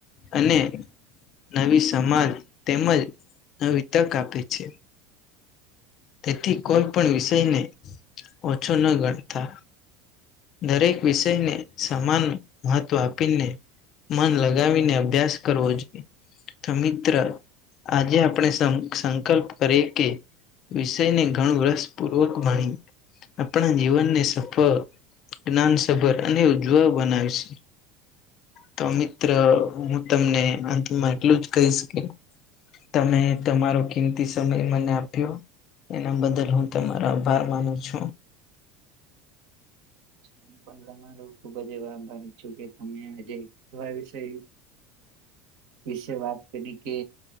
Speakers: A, on the left; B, on the right.
A: અને નવી સમાજ તેમજ નવી તક આપે છે. તેથી કોઈ પણ વિષયને ઓછો ન ગણતા દરેક વિષયને સમાન મહત્વ આપીને મન લગાવીને અભ્યાસ કરવો જોઈએ. તો મિત્ર આજે આપણે સંકલ્પ કરીએ કે વિષયને ઘણું રસપૂર્વક માણી આપણા જીવનને સફળ જ્ઞાનસભર અને ઉજ્જવ બનાવે છે. તો મિત્ર હું તમને અંતમાં એટલું જ કહી શકી તમે તમારો કિંમતી સમય મને આપ્યો એના બદલ હું તમારો આભાર માનું છુ.
B: હું પણ તમારું ખુબ જ એ આભારી છું કે તમે આજે એવા વિષય વિશે વાત કરી કે